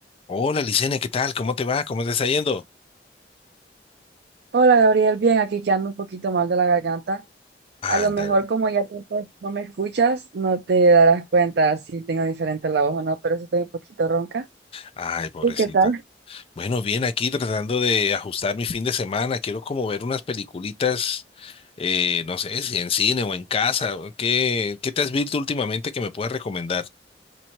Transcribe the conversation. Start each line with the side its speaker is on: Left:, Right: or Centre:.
Left: Hola, Licene, ¿qué tal? ¿Cómo te va? ¿Cómo te está yendo?
Right: Hola Gabriel, bien, aquí que ando un poquito mal de la garganta. A lo
Left: Ándale.
Right: mejor como ya tiempo no me escuchas, no te darás cuenta si tengo diferente la voz o no, pero sí estoy un poquito ronca.
Left: Ay, pobrecita.
Right: ¿Y qué tal?
Left: Bueno, bien, aquí tratando de ajustar mi fin de semana. Quiero como ver unas peliculitas, eh, no sé, si en cine o en casa. o ¿Qué, qué te has visto últimamente que me puedas recomendar?